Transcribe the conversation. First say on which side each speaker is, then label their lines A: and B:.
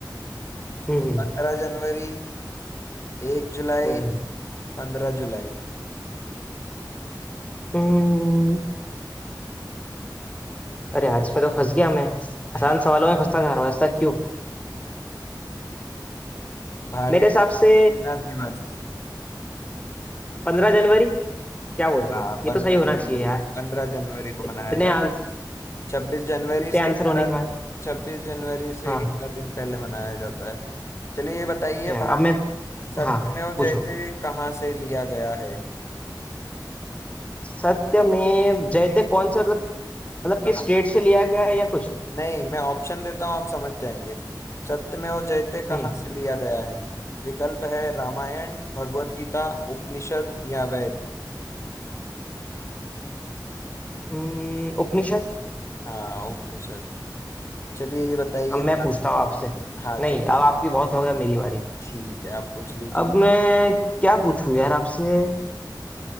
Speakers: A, on the left; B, on the left.
A: हम्म हम्म
B: पंद्रह जनवरी एक जुलाई
A: हम्म,
B: पंद्रह जुलाई
A: हम्म। अरे यार इसमें तो फंस गया मैं
B: <laughs>
A: आसान सवालों में फंसता जा रहा हूँ ऐसा क्यों
B: भारतीय
A: मेरे हिसाब
B: सेना
A: से
B: दिवस
A: पंद्रह जनवरी क्या बोलते
B: हाँ
A: हो ये
B: पंद्रह
A: तो सही होना
B: जनवरी
A: चाहिए यार
B: पंद्रह जनवरी को मनाया
A: इतने
B: जाता
A: आंस,
B: छब्बीस जनवरी
A: इतने
B: से
A: आंसर
B: ग्यारह
A: होने के बाद
B: छब्बीस जनवरी से
A: हाँ
B: ग्यारह दिन पहले मनाया जाता है चलिए ये बताइए
A: अच्छा,
B: भारत
A: अब मैं
B: सत्यमेव
A: हाँ पूछो
B: जयते कहाँ से लिया गया है
A: सत्य में जयते कौन से मतलब मतलब किस
B: कहा
A: स्टेट से लिया गया है या कुछ
B: नहीं मैं ऑप्शन देता हूँ आप समझ जाएंगे सत्यमेव जयते कहाँ
A: हम्म
B: से लिया गया है विकल्प है रामायण भगवत गीता उपनिषद या वेद
A: हम्म, उपनिषद
B: हाँ उपनिषद चलिए ये बताइए
A: अब मैं पूछता हूँ आपसे
B: हाँ
A: नहीं
B: चलो
A: अब आपकी बहुत हो गया मेरी बारी
B: ठीक है आप पूछ लीजिए
A: अब मैं क्या पूछूं यार आपसे